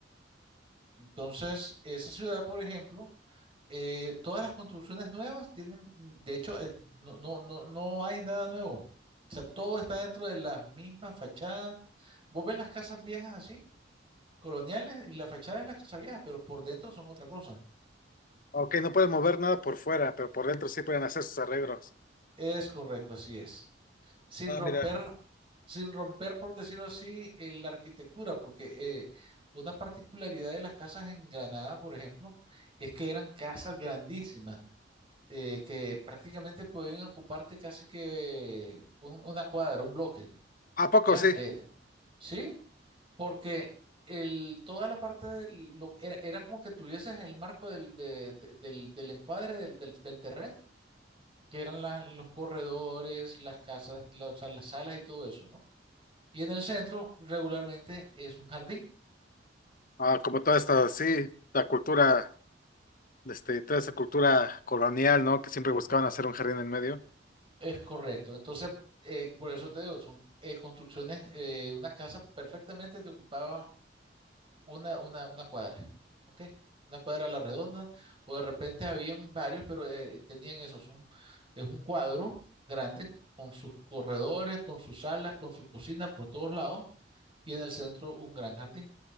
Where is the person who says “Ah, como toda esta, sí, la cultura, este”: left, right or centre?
Left